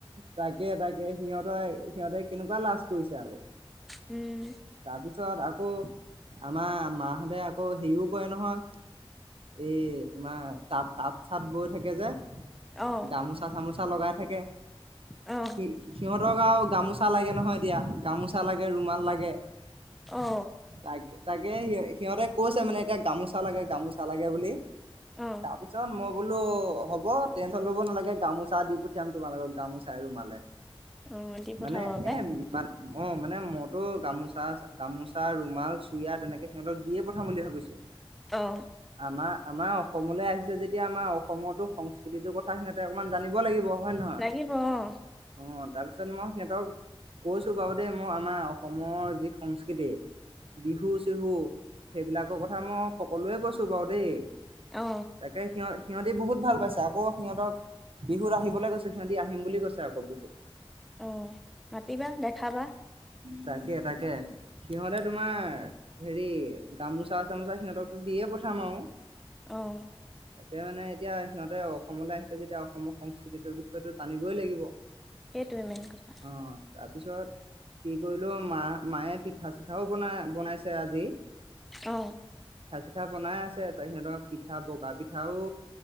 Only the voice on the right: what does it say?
তাকে তাকে সিহঁত তই সিহঁতে কেনেকুৱা লাজ কৰিছে আৰু।
তাৰপিছত আকৌ আমাৰ মাহঁতে আকৌ হেৰিও কৰে নহয় এই তোমাৰ তাঁত তাঁত চাত বৈ থাকে যে।
গামোচা চামোচা লগাই থাকে
সি সিহঁতক আৰু গামোচা লাগে নহয় এতিয়া গামোচা লাগে ৰুমাল লাগে
তাক। তাকে সি সিহঁতে কৈছে মানে এতিয়া গামোচা লাগে, গামোচা লাগে বুলি।
তাৰপিছত মোক বোলো হ'ব টেনচন ল'ব নালাগে গামোচা দি পঠিয়াম তোমাল লগক গামোচা ৰুমালে।
মানে
এ অ', মানে মইতো গামোচা গামোচা ৰুমাল চুৰিয়া তেনেকে সিহঁতক দিয়ে পঠাম বুলি ভাবিছো।
আনা আনা অসমলৈ আহিছে যেতিয়া আমাৰ অসমতো সংস্কৃতিটোৰ কথা সিহঁতে অকণমান জানিব লাগিব। হয় নহয়
অ তাৰপিছত মই সিহঁতক কৈছোঁ বাৰু দেই মই আমাৰ অসমৰ যি সংস্কৃতি বিহু চিহু সেইবিলাকৰ কথা মই সকলোৱে কৈছোঁ বাৰু দেই।
তাকে সিহ সিহঁতি বহুত ভাল পাইছে আকৌ সিহঁতক বিহুত আহিবলৈ গৈছে সিহঁতি আহিম বুলি কৈছে আকৌ বিহু।
তাকে তাকে সিহঁতে তোমাৰ হেৰি গামোচা গামোচা সিহঁতকো দিয়ে পঠাম আৰু।
তাকে মানে এতিয়া সিহঁতে অসমলৈ আহিছে যেতিয়া অসমৰ সংস্কৃতিটোৰ বিষয়টো জানিবই লাগিব। অ',
তাৰপিছত কি? গ'লো মা মায়ে পিঠা চিঠাও বনাই বনাইছে আজি।
পিঠা বনাই আছে ত সিঁতক পিঠা বগা পিঠাও